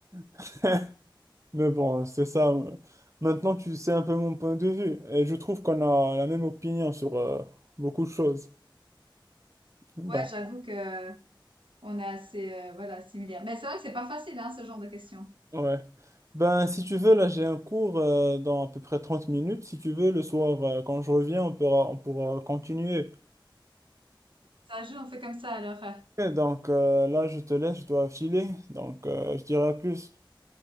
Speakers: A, on the right; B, on the right.
A: <laughs> Mais bon, c'est ça. Maintenant, tu sais un peu mon point de vue. Et je trouve qu'on a la même opinion sur euh, beaucoup de choses.
B: <laughs>
A: Donc,
B: ouais, j'avoue que on est assez, euh, voilà, similaires. Mais c'est vrai que c'est pas facile, hein, ce genre de questions.
A: Ouais. Ben, si tu veux, là, j'ai un cours euh, dans à peu près 30 minutes. Si tu veux, le soir, euh, quand je reviens, on pourra, on pourra continuer.
B: Ça joue, on fait comme ça alors. euh,
A: Et donc, euh, là, je te laisse, je dois filer. Donc, euh, je dirai à plus.